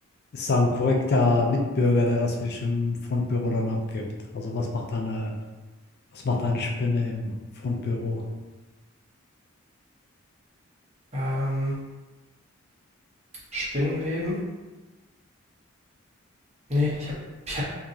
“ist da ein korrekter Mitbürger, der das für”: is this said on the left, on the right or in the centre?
Left